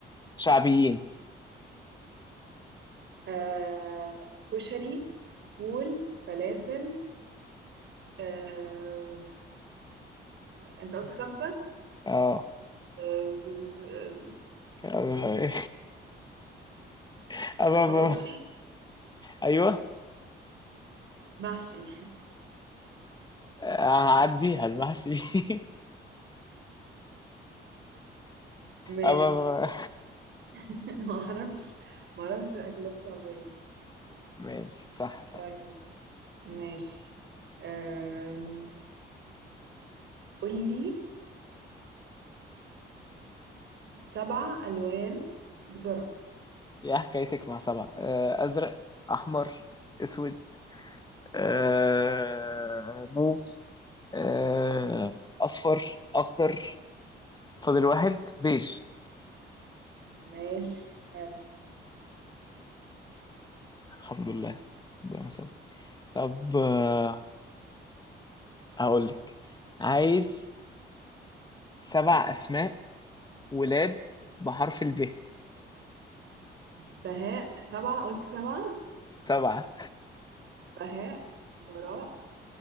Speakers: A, on the left; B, on the right.
A: شعبيين
B: آه، كشري فول فلافل آه انت قلت خمسة
A: اه
B: آه،
A: آه، <laughs> أبا- أبا-
B: حواوشي
A: أيوه
B: محشي
A: آه، هعدي هالمحشي <laughs>
B: ماشي
A: أبا-
B: <laughs> ما اعرفش ما اعرفش اكلات شعبية
A: ماشي صح صح
B: طيب ماشي أم... قولي سبع الوان بسرعة
A: يا حكايتك مع سبعة آه، أزرق أحمر أسود آه، موف آه، أصفر أخضر فاضل واحد بيج
B: ماشي حلو
A: الحمد لله ربنا يستر. طب آه، هقول لك عايز سبع أسماء ولاد بحرف الب
B: بهاء سبعة قلت سبعة
A: سبعة
B: بهاء براء